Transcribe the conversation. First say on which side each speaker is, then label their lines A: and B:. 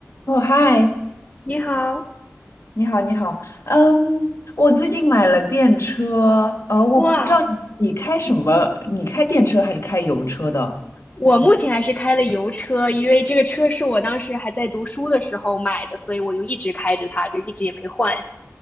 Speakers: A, on the left; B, on the left.
A: 哦，嗨，
B: 你好，
A: 你好，你好，嗯，我最近买了电车，呃，我不知道你开什么，
B: 哇，
A: 你开电车还是开油车的？
B: 我目前还是开的油车，
A: 嗯，
B: 因为这个车是我当时还在读书的时候买的，所以我就一直开着它，就一直也没换。